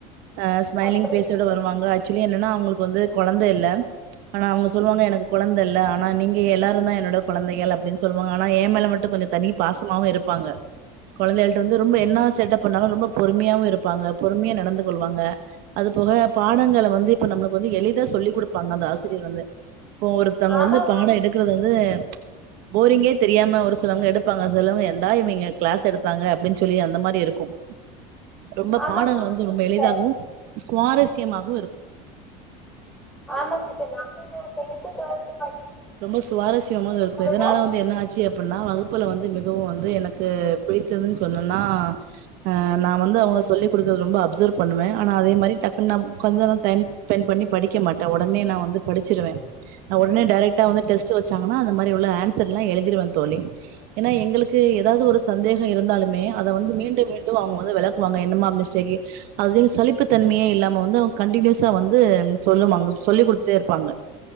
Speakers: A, on the right; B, in the centre.
A: ஆஹ் ஸ்மய்லிங்
B: அப்டிங்களா
A: ஃபேஸ்சோட வருவாங்க <unintelligible> என்னன்னா அவங்களுக்கு வந்து கொழந்தை இல் ஆனா அவுங்க சொல்லுவாங்க எனக்கு கொழந்தை இல்ல ஆனா நீங்க எல்லாரும் தான் என்னோட கொழந்தைகள் அப்பிடின்னு சொல்லுவாங்க ஆனா ஏ மேல மட்டும் கொஞ்சம் தனி பாசமுமா இருப்பாங்க கொழந்தைகள்டா வந்து என்ன சேட்டை பண்ணாலும் பொறுமையா இருப்பாங்க பொறுமையா நடந்து கொல்லவாங்க அது போக பாடங்களை வந்து இப்ப நம்மளுக்கு வந்து எழுதி தா சொல்லி குடுப் ப்பாங்க அந்த ஆசிரியர் வந்து இப்போ ஒருத்தங்க
B: ஆமாங்க
A: வந்து பாடம் எடுக்குறது வந்து போரிங்கே தெரியாம ஒரு சிலவங்க எடுப்பாங்க சிலவங்க என்டா இவன் இங்க கிளாஸ் எடுத்தாங்க அப்பிடின்னு சொல்லி அந்த மாரி இருக்கும் ரொம்ப
B: ஆமாங்க
A: பாடங்கள் வந்து
B: சிஸ் ஆமாங்க ஆமாங்க சிஸ்டர்
A: ரொம்ப எளிதாகவும் சுவாரஸ்யமாகவும் இருக்கும்
B: ஆமா சிஸ்டர் நம்ம டென்த் டுவெல்த் படிக்கிறப்பல்லா
A: ரொம்ப
B: இருக்கிற
A: சுவாரஸ்யமாக
B: டீச்சர்ஸ
A: இருக்கும்
B: விட
A: இதனால வந்து என்ன ஆச்சு அப்டின்னா வகுப்புல வந்து மிகவும் வந்து எனக்கு பிடித்ததுன்னு சொன்னேன்னா ஆஹ் நான் வந்து அவுங்க சொல்லிக் கொடுக்கிறத ரொம்ப அப் அப்சர்வ் பண்ணுவன் ஆனா அதே மாதிரி டக்குனு நான் கொஞ்சம் டைம் ஸ்பென்ட் பண்ணி படிக்க மாட்டன் உடனே நான் வந்து படிச்சிருவேன் உடனே டைரக்ட் ட்டா வந்து டெஸ்ட் வச் ச்சாங்கண்ணா அது மாரி உள்ள ஆன்சர் எல்லாம் எழுதிருவேன் தோழி ஏன்னா எங்களுக்கு ஏதாவது ஒரு சந்தேகம் இருந்தாலுமே அத வந்து மீண்டும் மீண்டும் அவுங்க வந்து விளக் குவாங்க என்னம்மா மிஸ் <unintelligible> அது சழிப்பு தன்மையே இல்லமா நம்ம வந்து அவங்க கண்டினியூஸா வந்து சொல்லுவாங்க சொல்லிக் குடுத்துட்டே இருப்பாங்க